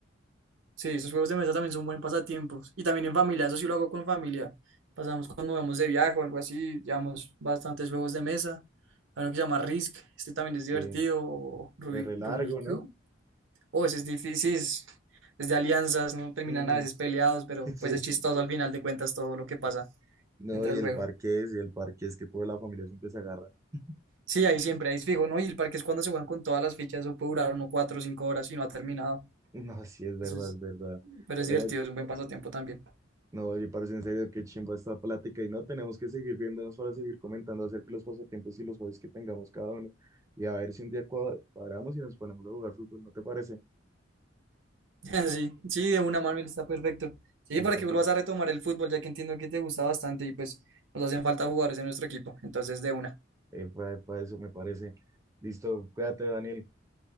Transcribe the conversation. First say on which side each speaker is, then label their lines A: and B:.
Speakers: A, on the right; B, on the right.
A: Sí, esos juegos de mesa también son buen pasatiempos. Y también en familia, eso sí lo hago con familia. Pasamos cuando vamos de viaje o algo así, llevamos bastantes juegos de mesa. Hay uno que se llama Risk, este también es
B: Sí,
A: divertido. o Rubi-
B: es re largo,
A: Rubik.
B: ¿no?
A: Cube. Oh, ese es difícil, es, es de alianzas, no terminan
B: Mm,
A: a veces peleados, pero
B: <laughs> sí,
A: pues es chistoso al final de cuentas todo lo que pasa
B: no,
A: dentro
B: y
A: del
B: el
A: juego.
B: parque es y el parque es que toda la familia siempre se agarra. <laughs>
A: Sí, ahí siempre, ahí es fijo, ¿no? Y el parque es cuando se juegan con todas las fichas, eso puede durar uno cuatro o cinco horas y no ha terminado.
B: No, sí, es verdad,
A: Eso es,
B: es verdad.
A: pero es
B: Pero
A: divertido, es un buen pasatiempo también.
B: No, oye parece en serio que chimba esta plática y no tenemos que seguir viéndonos para seguir comentando acerca de los pasatiempos y los hobbies que tengamos cada uno. Y a ver si un día cua- cuadramos y nos ponemos a jugar fútbol, ¿no te parece?
A: <laughs> Sí, sí, de una Manuel está perfecto. Sí,
B: Listo,
A: para que
B: pues,
A: vuelvas a retomar el fútbol, ya que entiendo que te gusta bastante y pues nos hacen falta jugadores en nuestro equipo. Entonces, de una.
B: eh, para, eso me parece. Listo, cuídate, Daniel.